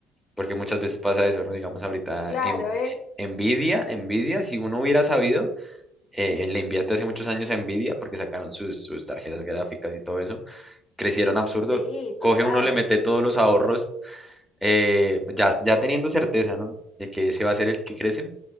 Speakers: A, in the centre; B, on the left.
A: porque muchas veces pasa eso, ¿no? Digamos ahorita
B: Claro,
A: en
B: ¿eh?
A: Nvidia, Nvidia, si uno hubiera sabido, eh, le invierte hace muchos años a Nvidia porque sacaron sus, sus tarjetas gráficas y todo eso, crecieron absurdo,
B: Sí,
A: coge
B: total,
A: uno, le mete todos los ahorros, eh, ya, ya teniendo certeza, ¿no? De que ese va a ser el que crece,